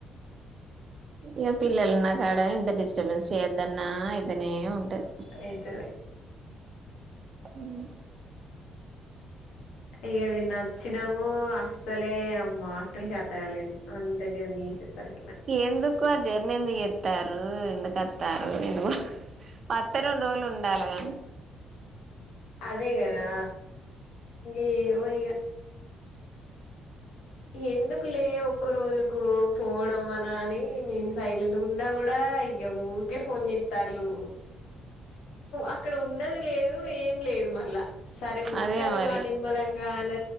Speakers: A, on the right; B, on the left.
A: ఇక పిల్లలున్నా కాడ ఇంత డిస్టర్బెన్స్ చేద్దన్నా అయితేనే ఉంటది
B: అయితది
A: ఉమ్
B: ఇక నిన్న వచ్చినము అస్సలే అమ్మా చేతగాలేదు అంత జర్నీ ే సరే
A: ఎందుకు ఆ జ ఎన్న ఎందుకు ఎత్తారు ఎందుకు వస్తారు ఎందుకు పతరం రోజలు ఉంట ండాలగాను
B: అదే కదా ఏమో ఇక ఎందుకులే ఒక్క రోజు కు పోడం అనా అని మేం సైలెంట్ గున్న కూడా ఇగ ఊరికే ఫోన్ చేస్తల్లు అక్కడ ఉన్నది లేదు ఏం లేదు మళ్ళ సరే ఉంటను
A: అదే మరి
B: మా నిమ్మలంగా అన